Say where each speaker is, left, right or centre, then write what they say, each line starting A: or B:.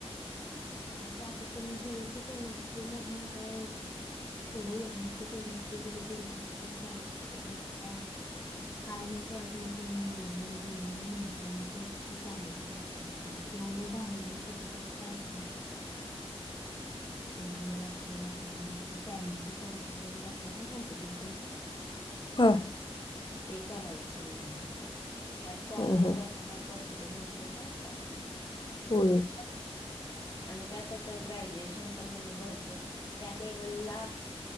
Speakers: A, on the left (about 30°); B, on the left (about 45°).
A: आणि काय आता तुम्ही बीएससी केमिस्ट्री मधनं काय पुढं एमएससी केमिस्ट्री जरी केला असत तरी चाललं असत पण आत्ता हाय हे परत मग तुम्ही एएन एमजी एनएम म्हणताय मग तेच की चालेल तर. टायपिंग किंवा मग बाहेर ना कुठ तरी टायपिंग च. किंवा मग असं आपलं हेच टॅलीचे कोर्सेस वगैरे असतात ना कॉम्पुटर कोर्स. <inaudible>
B: हा
A: ते करायचे मग कारण कॉलेज
B: हां हां
A: करण काय पॉसिबल होत नाही ना आता.
B: होय.
A: आणि काय तस ग्रॅज्युएशन. पण म्हणजे भरपूर त्या लेवलला.